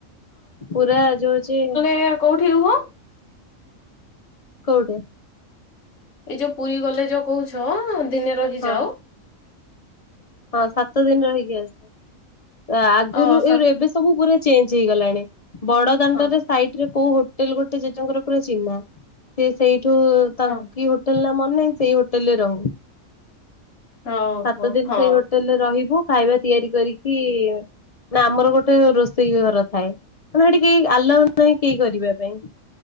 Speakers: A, on the left (about 40°); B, on the left (about 60°).
A: ପୁରା ଯୋ ହେଉଚି
B: ଏ କୋଉଠି ରୁହ?
A: କେଉଠି।
B: ଏଇ ଯୋଉ ପୁରୀ ଗଲେ ଯୋଉ କହୁଛ ଦିନେ ରହିଯାଉ।
A: ହଁ ହଁ ସାତ ଦିନି ରହିକି ଆସୁ ଆଗରୁ
B: ଅ ସ
A: ଏ ଏବେ ସବୁ ପୁରା ଚେଞ୍ଜ ହେଇଗଲାଣି ବଡ଼ ଦାଣ୍ଡରେ
B: ହଁ
A: ସାଇଟରେ କୋଉ ହୋଟେଲ୍ ଗୋଟେ ଜେଜେଙ୍କର ପୁରା ଚିହ୍ନା ସିଏ ସେଇଠୁ ତାଙ୍କ
B: ହଁ
A: କିଏ ହୋ ହୋଟେଲ୍ ମାନେ ସେଇ ହୋଟେଲରେ ରହୁ।
B: ଓହୋ
A: ସାତ ଦିନି
B: ହଁ
A: ସେଇ ହୋଟେଲରେ ରହିବୁ। ଖାଇବା ତିଆରି କରିକି ନା ଆମର ଗୋଟେ ରୋଷେଇ ଘର ଥାଏ। ମାନେ ହେଟି କେହି ଆଲାଉ ନାହିଁ କେହି କରିବା ପାଇଁ।